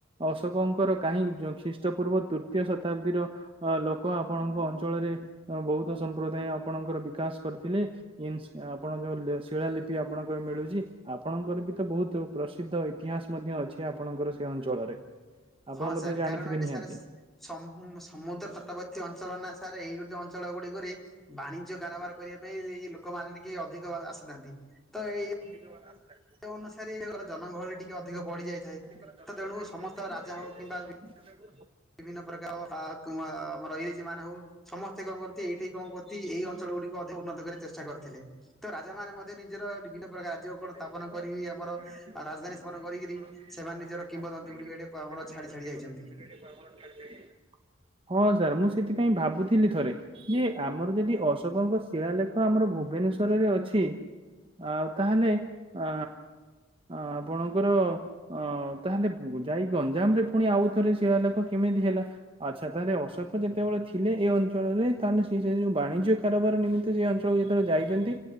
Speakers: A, on the right; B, in the centre.
A: ଅଶୋକଙ୍କର କାହିଁ ଯୋ ଖ୍ରୀଷ୍ଟ ପୂର୍ବ ତୃତୀୟ ଶତାବ୍ଦୀର ଅ ଲୋକ ଆପଣଙ୍କ ଅଞ୍ଚଳରେ ବୌଦ୍ଧ ସମ୍ପ୍ରଦାୟ ଆପଣଙ୍କର ବିକାଶ କରିଥିଲେ। ଇନସ୍ ଆପଣ ଯୋଉ ଶିଳାଲିିପି ଆପଣଙ୍କ ମିଳୁ ଜି ଆପଣଙ୍କର ବି ତ ବହୁତ୍ ପ୍ରସିଦ୍ଧ ଇତିହାସ ମଧ୍ୟ ଅଛି ଆପଣଙ୍କର ସେ ଅଞ୍ଚଳରେ। ଆପଣ
B: ହଁ
A: ମଧ୍ୟ
B: ସାର୍
A: ଜାଣିଥିବେ
B: କାରଣ ଏଇଠି
A: ନିହାତି।
B: ସାର୍ ସ ସମୁଦ୍ର ତଟବର୍ତ୍ତୀ ଅଞ୍ଚଳ ନା ସାର୍ ଏଇ ଗୋଟି ଅଞ୍ଚଳ ଗୁଡିକରେ ବାଣିଜ୍ୟ କାରବାର କରିବା ପାଇଁଏଇ ଲୋକମାନେ ଟିକିଏ ଅଧିକ ଆସିଥାନ୍ତି ତ ଏଇ
A: ଆ <inaudible>
B: ସେ ଅନୁସାରେଏ ଜନଗହଳି ଟିକିଏ ଅଧିକ ବଢି ଯାଇଥାଏ।
A: ଜନଗହଳି
B: ତ ତେଣୁ
A: ଟିକିଏ
B: ସମସ୍ତ
A: ଅଧିକ
B: ରାଜା
A: ବଢି
B: ହଉ
A: ଯାଇଥାଏ।
B: କିମ୍ବା
A: ତୁ ତାକୁ
B: ବିଭିନ୍ନ ପ୍ରକାର ଅ ଆ ଆମର ଇଂଲିଶି ମାନେ ହୋଉ ସମସ୍ତେ କଣ କରତି ଏଇଠି କଣ କରତି ଏଇ ଅଞ୍ଚଳ ଗୁଡିକ ଅଧିକ ଉନ୍ନତ କରିବା ଚେଷ୍ଟା କରିଥିଲେ ତ ରାଜା ମାନେ ମଧ୍ୟନେଇ- ନିଜିର ବିଭିନ୍ନ ପ୍ରକାର ରାଜ୍ଯକୁ କଣ ସ୍ଥାପନ
A: ନିଜିର
B: କରିକି
A: ବିଭିନ୍ନ
B: ଆମର
A: ପ୍ରକାର ରାଜ୍ଯକୁ କଣ
B: ରାଜଧାନୀ
A: ସ୍ଥାପନ କରି
B: କରିକିରି
A: ଆମର
B: ସେମାନେ
A: ଆରାମଦାୟକ
B: ନିଜର
A: ସ୍ଥାପନ
B: କିମ୍ବଦନ୍ତୀ
A: କରିକି
B: ଗୁଡିକ ଏଠି ଆମର
A: ସେମାନେ
B: ଛାଡି
A: ନିଜର
B: ଛାଡି
A: ବିପଦନ୍ତି।
B: ଯାଇଛନ୍ତି।
A: ହଁ ସାର୍ ମୁଁ ସେଥିପାଇଁ ଭାବୁଥିଲି ଥରେ ଯେ ଆମର ଯଦି ଅଶୋକଙ୍କ ଶିଳାଲେଖ ଆମର ଭୁବନେଶ୍ଵରରେ ଅଛି। ଆଉ- ତାହେଲେ ଆଁ ଆଁ ଆପଣଙ୍କର ଅ ତାହେଲେ ପୁ ଯାଇ ଗଞ୍ଜାମ ରେ ପୁଣି ଆଉଥରେ ଶିଳାଲେଖ କେମିତି ହେଲା? ଆଚ୍ଛା ତାହେଲେ ଅଶୋକ ଯେତେବେଳେ ଥିଲେ ଏଇ ଅଞ୍ଚଳରେ ତାହେଲେ ସେ ଯୋଉ ବାଣିଜ୍ୟ କାରବାର ନିମି ସେ ଅଞ୍ଚଳକୁ ଯେତେବେଳେ ଯାଇଚନ୍ତି